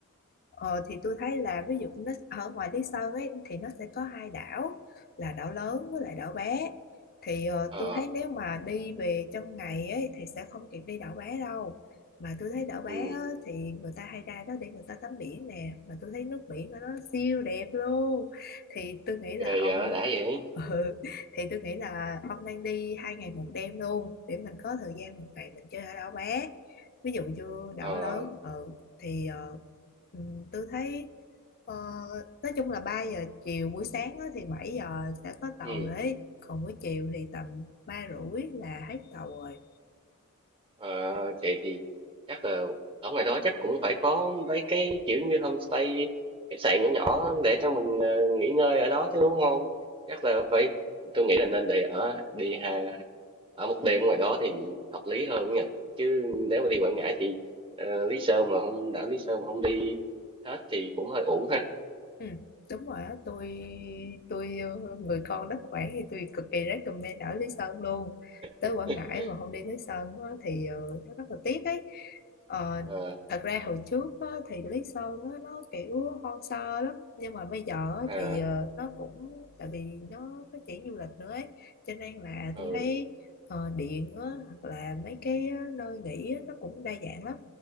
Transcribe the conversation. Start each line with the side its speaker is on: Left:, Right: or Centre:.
Left: Ờ, thì tôi thấy là ví dụ nó ở ngoài Lý Sơn ấy thì nó sẽ có hai đảo là đảo lớn với lại đảo bé thì ờ,
Right: Ờ,
Left: tôi thấy nếu mà đi về trong ngày ấy thì sẽ không kịp đi đảo bé đâu mà tôi thấy đảo bé
Right: ừ,
Left: á, thì người ta hay ra đó để người ta tắm biển nè mà tôi thấy nước biển ở đó siêu đẹp luôn thì tôi nghĩ là
Right: ghê
Left: ông
Right: vậy đã vậy.
Left: <laughs> ừ, thì tôi nghĩ là ông nên đi hai ngày một đêm luôn để mình có thời gian một ngày mình chơi ở đảo bé ví dụ như
Right: Ờ,
Left: đảo lớn ừ thì ờ, Ừ, tôi thấy ờ, nói chung là ba giờ chiều buổi sáng á, thì 7 giờ sẽ có tàu
Right: ừ.
Left: đấy còn buổi chiều thì tầm 3 rưỡi là hết tàu rồi
Right: Ờ, vậy thì chắc là ở ngoài đó chắc cũng phải có mấy cái kiểu như homestay khách sạn nhỏ nhỏ để cho mình ờ, nghỉ ngơi ở đó chứ đúng không? Chắc là phải tôi nghĩ là nên để ở đi hà, ở một đêm ngoài đó thì hợp lý hơn nha. Chứ nếu mà đi Quảng Ngãi thì ờ, Lý Sơn mà không đảo Lý Sơn mà không đi hết thì cũng hơi uổng ha.
Left: Ừ, đúng rồi á tôi tôi ờ, người con đất Quảng thì tôi cực kỳ recommend ở Lý Sơn luôn tới
Right: <laughs>
Left: Quảng Ngãi mà không đi Lý Sơn á, thì ờ, nó rất là tiếc ấy Ờ,
Right: Ờ,
Left: thật ra hồi trước á, thì Lý Sơn á, nó kiểu hoang sơ lắm nhưng mà bây giờ á,
Right: à,
Left: thì ờ, nó cũng tại vì nó phát triển du lịch nữa ấy cho nên là
Right: ừ,
Left: tôi thấy ờ, điện á, hoặc là mấy cái ờ, nơi nghỉ á, nó cũng đa dạng lắm